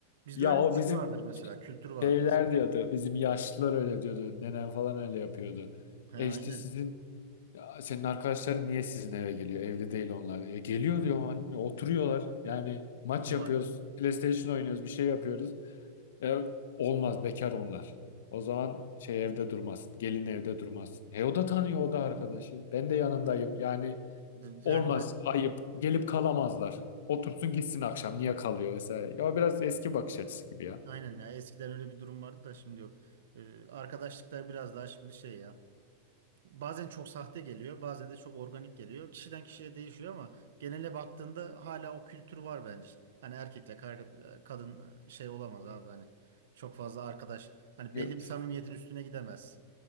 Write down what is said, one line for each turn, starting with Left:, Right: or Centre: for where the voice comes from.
Right: Bizde
Left: Ya
Right: öyle
Left: o
Right: bir şey
Left: bizim
Right: vardır mesela, kültür vardır
Left: Şeyler
Right: eskiden.
Left: diyordu. Bizim yaşlılar öyle diyordu. Nenem falan öyle yapıyordu.
Right: He, aynen.
Left: E işte sizin ya senin arkadaşların niye sizin eve geliyor? Evli değil onlar. diyor. Ya geliyor diyor "Hani oturuyorlar. Yani maç
Right: Ne
Left: yapıyoruz.
Right: var?
Left: PlayStation oynuyoruz. Bir şey yapıyoruz. E, olmaz bekar onlar. O zaman şey evde durmasın. Gelin evde durmasın. E o da tanıyor o da arkadaşı. Ben de yanındayım. Yani
Right: Yani
Left: olmaz
Right: bir-
Left: ayıp. Gelip kalamazlar. Otursun gitsin akşam. Niye kalıyor vesaire. Ya biraz eski bakış açısı gibi
Right: aynen ya eskiden öyle bir durum vardı da şimdi yok. Ee, arkadaşlıklar biraz daha şimdi şey ya. Bazen çok sahte geliyor, bazen de çok organik geliyor. Kişiden kişiye değişiyor ama genele baktığında hala o kültür var bence. Hani erkekle kar- kadın şey olamaz abi hani. Çok fazla arkadaş. Hani
Left: ya.
Right: belli bir samimiyetin üstüne gidemez.